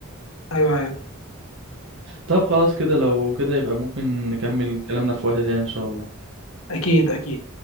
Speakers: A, on the left; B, on the right.
A: أيوه أيوه
B: طب خلاص كده لو كده يبقى ممكن نكمل كلامنا في وقت تاني ان شاء الله
A: أكيد أكيد